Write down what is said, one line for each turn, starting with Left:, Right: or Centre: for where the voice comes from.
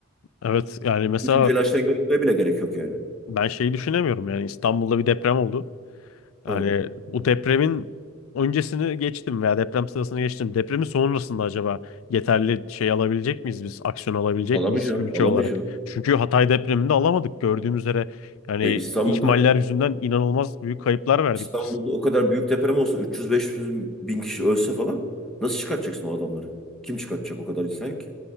Left: Evet yani mesela
Centre: Bütün telaştan görmeye bile gerek yok yani.
Left: ben şeyi düşünemiyorum yani İstanbul'da bir deprem oldu.
Centre: Ha.
Left: Yani o depremin öncesini geçtim veya deprem sırasını geçtim. Depremin sonrasında acaba yeterli şey alabilecek miyiz biz? Aksiyon alabilecek
Centre: Alamayacaksın,
Left: miyiz ülke
Centre: alamayacaksın.
Left: olarak? Çünkü Hatay depreminde alamadık gördüğümüz üzere. Yani
Centre: E, İstanbul'da
Left: ihmaller yüzünden inanılmaz büyük kayıplar verdik
Centre: İstanbul'da
Left: biz.
Centre: o kadar büyük deprem olsa 300-500 bin kişi ölse falan nasıl çıkartacaksın o adamları? Kim çıkartacak o kadar insan yok ki?